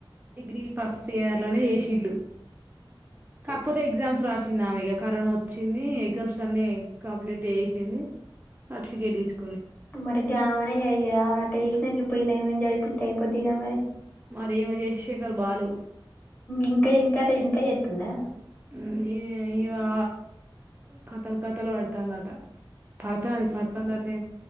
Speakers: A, on the right; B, on the left.
A: డిగ్రీ ఫస్ట్ ఇయర్ లోనే ఏషీల్లు కాకపోతే ఎగ్జామ్స్ రాసి చ్చిందా ఇక కరోనా వచ్చింది ఎగ్జామ్స్ అన్ని కంప్లీట్ చేసింది సర్టిఫికేట్ తీసు
B: మరిగావనే అయ్యా అటు చేసినాక ఇప్పుడు ఈన ఎంజాయ్ టైపోదిగా మరి
A: మరి ఈమె చేసింది బాలేవు
B: ఇంకా ఇంకా ఇంకా అవుతుందా
A: ఉ ఈ ఈ ఆ కథలు కథలు పడతాందట పరతది పడతంది అటే